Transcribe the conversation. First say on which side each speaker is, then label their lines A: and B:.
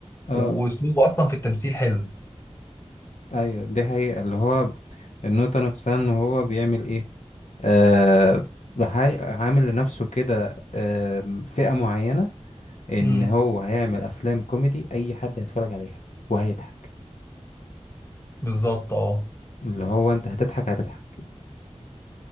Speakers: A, on the left; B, on the left.
A: اه
B: و- واسلوبه اصلا في التمثيل حلو
A: ايوه دي حقيقة اللي هو النقطة نفسها ان هو بيعمل ايه آه بحال- عامل لنفسه كده آه فئة معينة ان
B: امم
A: هو هيعمل افلام كوميدي اي حد هيتفرج عليها وهيضحك
B: بالظبط اه
A: اللي هو انت هتضحك هتضحك